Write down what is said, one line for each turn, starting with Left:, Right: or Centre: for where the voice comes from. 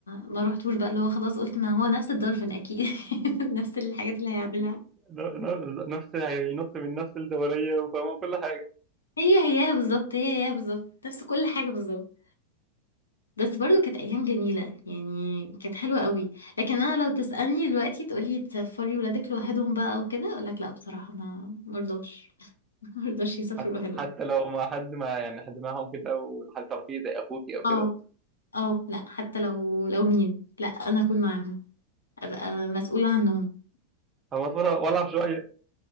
Left: ما رحتوش بقى اللي هو خلاص قلت ما هو نفس الدولفين اكيد <laughs> نفس الحاجات اللي هيعملها
Right: ن- ن- نفس يعني ينط من نفس الدوريه وفاهمه كل حاجه
Left: هي هي بالظبط هي هي بالظبط نفس كل حاجه بالظبط بس برضو كانت ايام جميله يعني كانت حلوه قوي لكن انا لو تسالني دلوقتي تقولي تسافري ولادك لوحدهم بقى وكده اقول لك لا بصراحه ما مرضاش <laughs> مرضاش يسافروا
Right: حتى
Left: لوحدهم
Right: حتى لو ما حد ما يعني حد معاهم كده وحد تعرفيه زي اخوكي او
Left: اه
Right: كده
Left: اه لا حتى لو لو مين لا انا اكون معاهم ابقى مسؤوله عنهم
Right: هو ولا ولا شويه